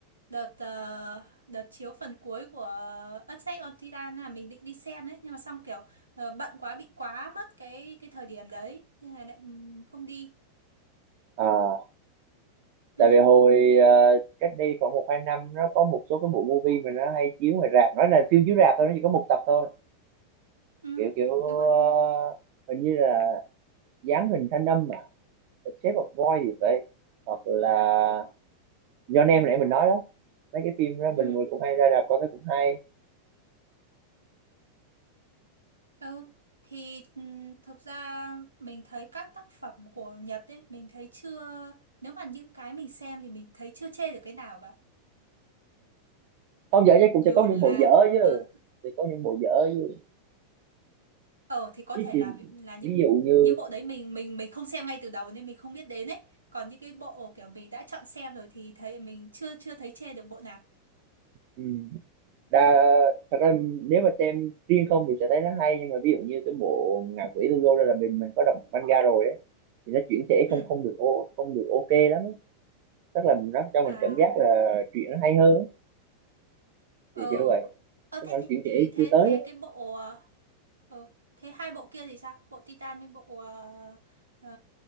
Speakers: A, on the right; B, on the right.
A: đợt ờ, đợt chiếu phần cuối của Attack on Titan là mình định đi xem đấy, nhưng mà xong kiểu ờ, bận quá bị quá mất cái cái thời điểm đấy nên là lại ừm, không đi.
B: à, tại
A: Ừ,
B: vì hồi ờ, cách đây khoảng một hai năm nó có một số cái bộ movie mà nó hay chiếu ngoài rạp nói là phim chiếu rạp thôi nó chỉ có một tập thôi
A: ừ,
B: kiểu kiểu
A: đúng rồi đúng
B: ờ,
A: rồi.
B: hình như là dáng hình thanh âm mà The Shape of Boy thì vậy hoặc là do nem nãy mình nói đó mấy cái phim đó mình
A: Ừ,
B: cũng hay ra rạp coi cái cũng hay
A: ừ. Thì ừm, thực ra mình thấy các tác phẩm của Nhật ấy, mình thấy chưa nếu mà những cái mình xem thì mình thấy chưa chê được cái nào cả
B: không dở chứ
A: dù
B: cũng sẽ có
A: là
B: những bộ dở chứ
A: ờ
B: sẽ có những bộ dở chứ
A: ờ, thì có
B: ví
A: thể
B: dụ,
A: là là những
B: ví dụ như
A: những bộ đấy mình mình mình không xem ngay từ đầu nên mình không biết đến ấy còn những cái bộ kiểu mình đã chọn xem rồi thì thấy mình chưa chưa thấy chê được bộ nào
B: ừ, đa thật ra nếu mà xem riêng không thì sẽ thấy nó hay nhưng mà ví dụ như cái bộ ngạ quỷ Tugo đây là mình mình có đọc manga rồi ấy thì nó chuyển thể
A: ừ
B: không không được ô không được ok lắm ấy. tức là nó cho mình
A: à
B: cảm giác là chuyện nó hay hơn ấy.
A: ờ
B: thì kiểu vậy
A: ờ
B: tức
A: thế
B: là nó
A: thì
B: chuyển
A: thì
B: thể
A: thế
B: chưa tới
A: thế cái bộ ờ ờ, thế hai bộ kia thì sao bộ Titan với bộ ờ, ờ,